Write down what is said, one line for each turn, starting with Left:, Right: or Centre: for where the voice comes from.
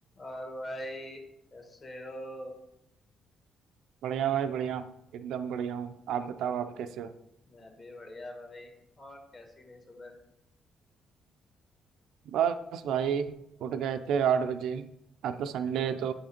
Left: और भाई कैसे हो
Right: बढ़िया भाई बढ़िया एकदम बढ़िया हूँ आप बताओ आप कैसे हो
Left: मैं भी बढ़िया भाई और कैसी रही सुबह
Right: बस भाई उठ गए थे आठ बजे आज तो संडे है तो